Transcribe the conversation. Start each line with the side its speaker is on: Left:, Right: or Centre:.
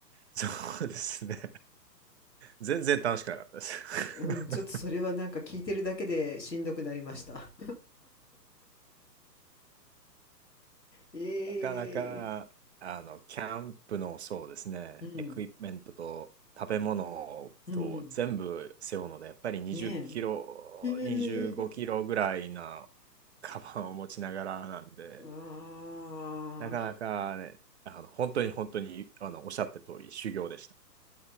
Right: そうですね。全然楽しくなかったです。<laughs>
Left: うん、ちょっとそれはなんか聞いてるだけでしんどくなりました。<laughs>
Right: なかなか、
Left: ええ
Right: あの、キャンプの、そうですね、
Left: うん。
Right: エクイプメントと食べ物と全部背負うので、
Left: うん。
Right: やっぱり20キロ、
Left: ねえ。へ
Right: 25キロぐらいな
Left: え。
Right: カバンを持ちながらなんで、
Left: ああ。
Right: なかなかね、あの、本当に本当に、あの、おっしゃった通り、修行でした。